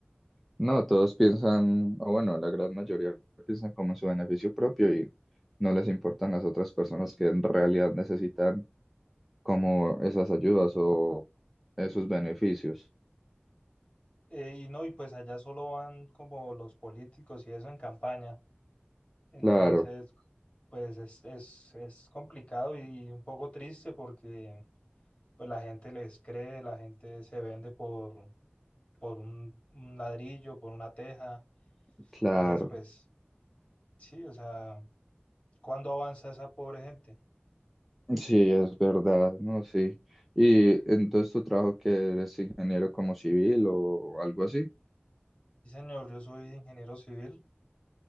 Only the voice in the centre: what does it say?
No, todos piensan, o bueno, la gran mayoría piensan como en su beneficio propio y no les importan las otras personas que en realidad necesitan como esas ayudas o esos beneficios.
Claro.
Claro,
sí, es verdad, ¿no? Sí. Y entonces tu trabajo que eres ingeniero como civil o algo así.